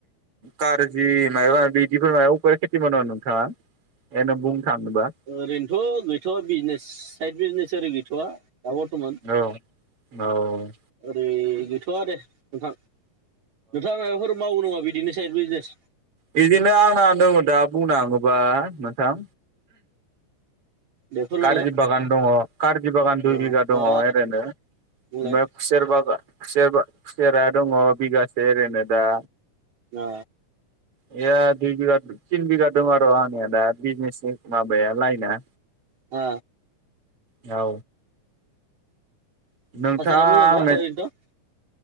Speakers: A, on the right (about 45°); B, on the right (about 60°).
A: कारजि माबा बिदिफोर माबा उफेरा खेथि मावो नोंथाङा बेनो बुंनो थाङोबा?
B: ओरैनोथ' गैथ'वा बिजनेस साइद बिजनेस ओरै गैथ'वा दाबरथमान
A: औ औ
B: आरै गैथ'आ दे नोंथां नोंथाङा मायबाफोर मावोनामा बिदिनो ए बिजनेस
A: बिदिनो आंना दङ दा बुंनो थाङोबा नोंथां
B: दे फोरमायलाय
A: कारजि बागान, दङ कारजि बागान दुइ
B: अ
A: बिगा दङ
B: अ
A: ओरैनो ओमफ्राय
B: बुंलाय
A: खुसेर बागान खुसेर -खुसेरा दङ बिगासे एओरैनो दा
B: अ
A: बेयो दुइ बिघा थिन बिगा दं आरो आंनिया दा बिजनेसनि माबाया लाइना
B: आ
A: औ
B: <unintelligible>
A: नोंथाङा
B: मोजां
A: आंनो
B: बा ओरैनोथ'